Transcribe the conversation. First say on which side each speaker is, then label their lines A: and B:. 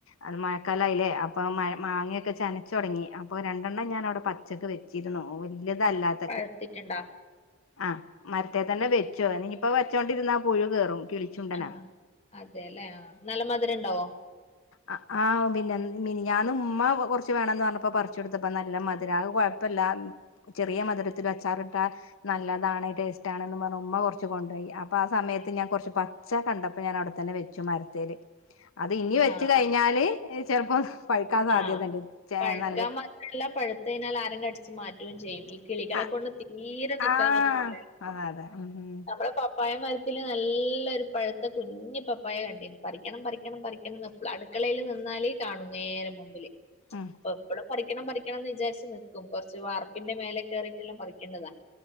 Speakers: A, on the left (about 85°); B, on the left (about 30°).
A: അത് മഴക്കാലായീലെ അ ഇപ്പം മഴ മാങ്ങയൊക്കെ ചെനച്ചൊടങ്ങി അപ്പോ രണ്ടെണ്ണം ഞാനവ്ടെ പച്ചക്ക് വെച്ചിര്ന്നു വലിയതല്ലാത്ത
B: പഴുത്തിട്ട്ണ്ടാ?
A: അഹ് മരത്തെ തന്നെ വെച്ചോ ഇനിയിപ്പ വെച്ചോണ്ടിരുന്നാ പുഴു കേറും കിളിച്ചുണ്ടനാ
B: ആഹ് അതേലേ ആ നല്ല മധുരണ്ടാവോ
A: അ ആഹ് പിന്നെ മിനിഞാന്ന് ഉമ്മ കൊറച്ച് വേണംന്ന് പറഞ്ഞപ്പൊ പറിച്ച് കൊട്ത്തപ്പ നല്ല മധുരാ ആകെ കൊ കെയ്പ്പല്ല ചെറിയ മധുരത്തിലും അച്ചാറിട്ട നല്ലതാണ് ടേസ്റ്റാണെന്ന് പറഞ്ഞ് ഉമ്മ കൊർച്ച് കൊണ്ടോയി അപ്പം ആ സമയത്ത് ഞാൻ കൊർച്ച് പച്ച കണ്ടപ്പൊ ഞാൻ അവ്ടത്തന്നെ വെ വെച്ചു മരത്തില് അത് ഇനി വെച്ച്
B: ആഹ്
A: കഴിഞ്ഞാല് ചെലപ്പോ പഴുക്കാൻ സാധ്യതണ്ട്
B: ആഹ്
A: ചെ
B: പഴുക്കാൻ
A: നല്ല
B: മാത്രല്ല പഴുത്ത് കഴിഞ്ഞാൽ ആരും അടിച്ച് മാറ്റുവേം ചെയ്യും ഇ കിളികളെ
A: ആ
B: കൊണ്ട് തീരെ നിക്കാൻ
A: ആ
B: പറ്റൂല
A: അതെ അതെ ഉം
B: നമ്മളെ പപ്പായ മരത്തില് നല്ലൊരു പഴുത്ത കുഞ്ഞു പപ്പായ കണ്ടീന് പറിക്കണം പറിക്കണം പറിക്കണംന്ന് അടുക്കളയില് നിന്നാല് കാണും നേരെ മുമ്പില്
A: ഉം
B: അപ്പം എപ്പളും പറിക്കണം പറിക്കണംന്ന് വിചാരിച്ച് നിക്കും കൊറച്ച് വാർപ്പിന്റെ മേലെ ക്കേറീട്ടെല്ലാം പറിക്കണ്ടതാ